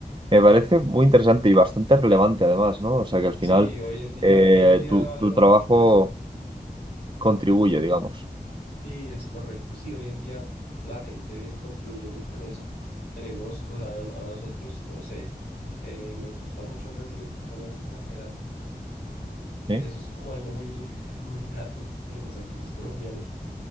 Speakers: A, on the right; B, on the left.
A: Me parece muy interesante y bastante relevante, además, ¿no? O sea, que al final
B: Sí, hoy en día,
A: eh,
B: hoy en día
A: tu
B: valoran
A: tu trabajo
B: mucho eso.
A: contribuye, digamos.
B: Sí, es correcto. Sí, hoy en día la gente contribuye mucho en eso. Tenemos, o sea, a nosotros, no sé, eh, nos gusta mucho recibir personas extranjeras.
A: ¿Sí?
B: Eso es como algo muy, muy nato que tenemos aquí los colombianos.